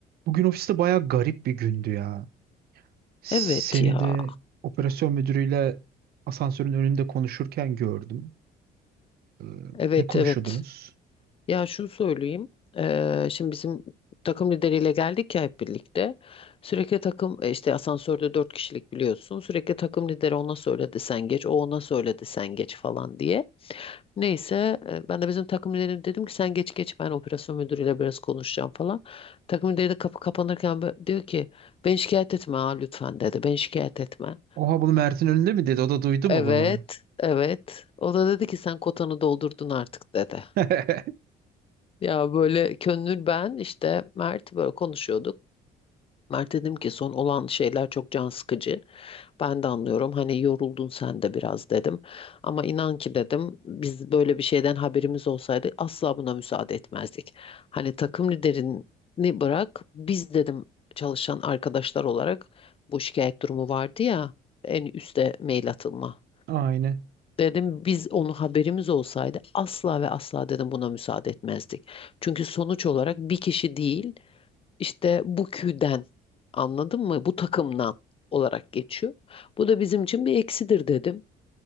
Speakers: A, on the right; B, on the left.
A: Bugün ofiste bayağı garip bir gündü ya. Seni
B: Evet ya.
A: de operasyon müdürüyle asansörün önünde konuşurken gördüm. Ee,
B: Evet
A: ne konuşuyordunuz?
B: evet. Ya şunu söyleyeyim. Ee, şimdi bizim takım lideriyle geldik ya hep birlikte. Sürekli takım e, işte asansörde dört kişilik biliyorsun. Sürekli takım lideri ona söyledi sen geç. O ona söyledi sen geç falan diye. Neyse e, ben de bizim takım liderine dedim ki sen geç geç ben operasyon müdürüyle biraz konuşacağım falan. Takım lideri de kapı kapanırken bö- diyor ki ben şikayet etme ha lütfen dedi. Ben şikayet etme.
A: Oha bunu Mert'in önünde mi dedi? O da duydu mu
B: Evet,
A: bunu?
B: evet. O da dedi ki sen kotanı doldurdun artık dedi.
A: <laughs>
B: Ya böyle Könül ben işte Mert böyle konuşuyorduk. Mert dedim ki son olan şeyler çok can sıkıcı. Ben de anlıyorum hani yoruldun sen de biraz dedim. Ama inan ki dedim biz böyle bir şeyden haberimiz olsaydı asla buna müsaade etmezdik. Hani takım liderini bırak biz dedim çalışan arkadaşlar olarak bu şikayet durumu vardı ya en üste mail atılma.
A: Aynen.
B: Dedim biz onu haberimiz olsaydı asla ve asla dedim buna müsaade etmezdik. Çünkü sonuç olarak bir kişi değil işte bu küden anladın mı? Bu takımdan olarak geçiyor. Bu da bizim için bir eksidir dedim.